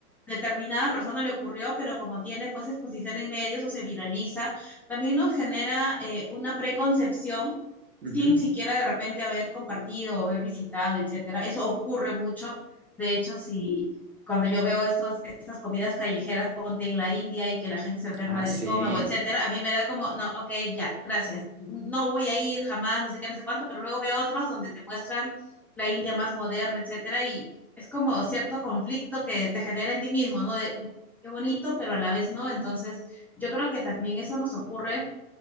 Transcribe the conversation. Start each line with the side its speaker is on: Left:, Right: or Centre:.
Centre: determinada persona le ocurrió, pero como tiene pues exposición en medios o se viraliza, también nos genera eh, una preconcepción
Right: Ujú.
Centre: sin siquiera de repente haber compartido o haber visitado, etcétera. Eso ocurre mucho. De hecho, si cuando yo veo estos, estas comidas callejeras, ponte en la India y que la gente se enferma
Right: Ah,
Centre: del
Right: sí.
Centre: estómago, etcétera, a mí me da como, no, ok, ya, gracias, no voy a ir jamás, no sé qué, no sé cuánto, pero luego veo otros donde te muestran la India más moderna, etcétera, y es como cierto conflicto que te genera en ti mismo, ¿no? De qué bonito, pero a la vez no. Entonces, yo creo que también eso nos ocurre